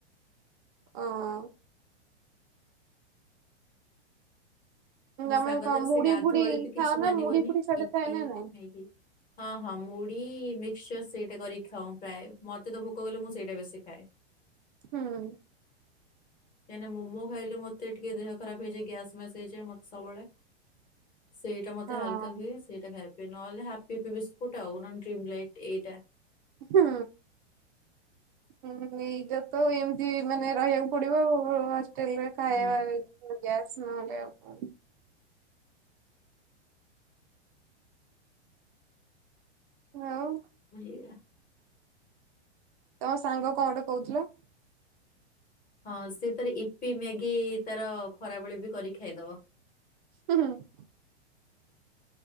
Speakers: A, on the right (about 50°); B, on the left (about 25°).
A: ଅଁ
B: ମୋ ସାଙ୍ଗ
A: ଆମେ କଣ
B: ତାର ସେ
A: ମୁଢି
B: ଗାଧବେଳେ
A: ଫୁଡି
B: ବି କିଛି
A: ଖାଅ ନା
B: ମାନିବନି
A: ମୁଢି ଫୁଡି ସିଆଡେ
B: ଇପି,
A: ଥାଏ ନା ନାଇଁ?
B: ମ୍ୟାଗି ହଁ ହଁ ମୁଢ଼ି ମିକ୍ସଚର ସେଇଟା କରିକି ଖାଉଁ ପ୍ରାଏ ମତେ ତ ଭୋକ କଲେ ମୁଁ ସେଇଟା ବେଶୀ ଖାଏ।
A: ହୁଁ
B: କାଇଁ ନା ମୋମୋ ଖାଇଲେ ମତେ ଟିକେ ଦେହ ଖରାପ ହେଇଯାଏ ଗ୍ୟାସ୍ ମ୍ୟାସ୍ ହେଇଯାଏ ମତେ ସବୁବେଳେ। ସେଇଟା ମତେ
A: ହଁ
B: ହାଲ୍କା ହୁଏ। ସେଇଟା ନ ହେଲେ ହାପି ବିସ୍କୁଟ ଆଉ ଡ୍ରିମଲାଇଟ ଏଇଟା
A: ହୁଁ ହୁଁ ଏଇଟ ତ ଏମିତି ମାନେ ରହିବାକୁ ପଡିବ ଆଉ ହଷ୍ଟେଲ୍ ରେ। ଖାଇବା
B: ହୁଁ
A: ଗ୍ୟାସ ନ ହେଲେ ଆଉ। ଆଉ
B: ଏଇଆ
A: ତମ ସାଙ୍ଗ କଣ ଗୋଟେ କହୁଥିଲ?
B: ହଁ ସିଏ ତାର ଇପି, ମ୍ୟାଗୀ ତାର ଖରାବେଳେ ବି କରି ଖାଇଦବ।
A: ହୁଁ ହୁଁ।